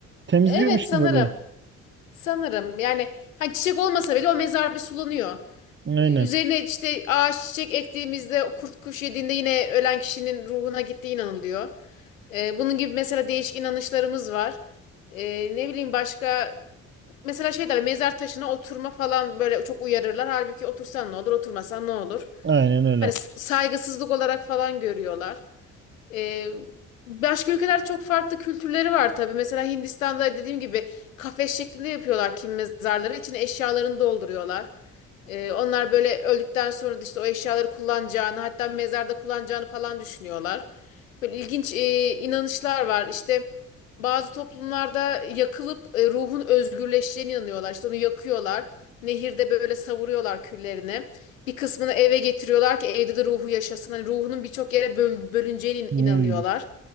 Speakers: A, on the right; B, on the left.
A: Temizliyormuş
B: evet
A: gibi
B: sanırım
A: oluyor.
B: sanırım yani hani çiçek olmasa bile o mezar bir sulanıyor.
A: Aynen.
B: Üzerine işte ağaç çiçek ektiğimizde kurt kuş yediğinde yine ölen kişinin ruhuna gittiği inanılıyor. Ee, bunun gibi mesela değişik inanışlarımız var. Ee, ne bileyim başka mesela şey derler mezar taşına oturma falan böyle çok uyarırlar. Halbuki otursan ne olur oturmasan ne olur.
A: Aynen öyle.
B: Hani s- saygısızlık olarak falan görüyorlar. Ee, başka ülkeler çok farklı kültürleri var tabii. Mesela Hindistan'da dediğim gibi kafes şeklinde yapıyorlar kim mezarları. İçine eşyalarını dolduruyorlar. Ee, onlar böyle öldükten sonra da işte o eşyaları kullanacağını, hatta mezarda kullanacağını falan düşünüyorlar. Böyle ilginç e, inanışlar var. İşte bazı toplumlarda yakılıp e, ruhun özgürleşeceğine inanıyorlar. İşte onu yakıyorlar. Nehirde böyle savuruyorlar küllerini. Bir kısmını eve getiriyorlar ki evde de ruhu yaşasın. Hani ruhunun birçok yere böl bölüneceğine in-
A: Hmm.
B: inanıyorlar.